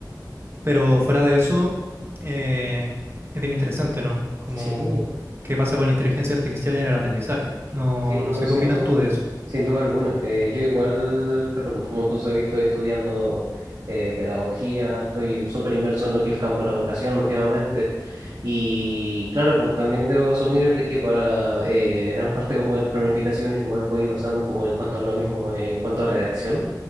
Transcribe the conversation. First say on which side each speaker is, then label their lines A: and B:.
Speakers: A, on the right (about 35°); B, on the right (about 60°).
A: Pero fuera de eso, eh, es bien interesante, ¿no? Como
B: Sí.
A: qué pasa con la inteligencia artificial en el aprendizaje. No,
B: Sí, bueno
A: no sé
B: sin
A: qué opinas
B: duda,
A: tú de eso.
B: sin duda alguna. Eh, yo igual, claro, pues como tú sabes, estoy estudiando eh, pedagogía, estoy súper inmerso en lo que es el campo de la educación últimamente. Y claro, pues también debo asumir de que para eh, gran parte como de las planificaciones igual voy basando como en cuanto a lo mismo, eh, en cuanto a redacción,